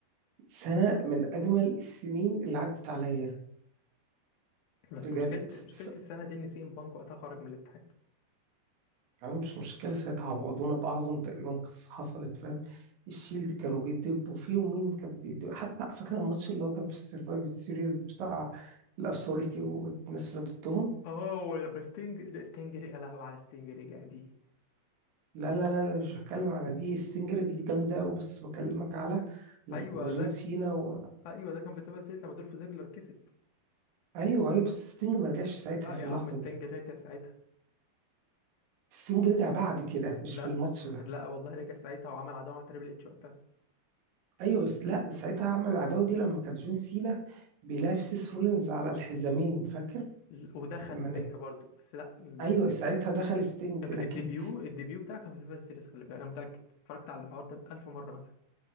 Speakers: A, on the right; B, on the left.
A: سنة من أجمل السنين اللي عدت عليا
B: بس
A: بجد
B: مشكله مشكله
A: س-
B: السنه دي ان سي ام بانك وقتها خرج من الاتحاد
A: أنا مش مشكلة ساعتها عوضونا بأعظم تقريبا قصة حصلت فاهم الشيلد كانوا بيدبوا فيه ومين كان بيدب حتى فاكر الماتش اللي هو كان في السرفايف سيريز بتاع الأثوريتي والناس اللي ضدهم
B: اه ولما ستينج لا ستينج رجع- يا لهوي على ستينج رجع دي
A: لا لا لا لا، مش بتكلم على دي ستينج دي جامدة أوي بس بكلمك على لما
B: ايوه
A: جون
B: ده
A: سينا و...
B: ايوه ده كان في سيفر سيلز لما دول في زيجلر كسب
A: أيوه أيوه بس ستينج ما رجعش ساعتها
B: لا
A: في
B: يا
A: اللحظة
B: عم ستينج
A: دي
B: رجع ساعتها
A: ستينج رجع بعد كده مش
B: لا
A: في الماتش ده
B: لا والله رجع ساعتها وعمل عداوه مع تريبل اتش وقتها
A: ايوه بس لا ساعتها عمل العداوه دي لما كان جون سينا بيلعب سيس رولينز على الحزامين فاكر
B: ل- ودخل
A: لما
B: ستينج
A: نت...
B: برضه بس لا ال-
A: ايوه ساعتها دخل ستينج
B: الديبيو
A: لكن
B: الديبيو بتاعه كان في تلفزيون السيريس خلي بالك انا متاكد اتفرجت على الحوار ده بألف مره مثلا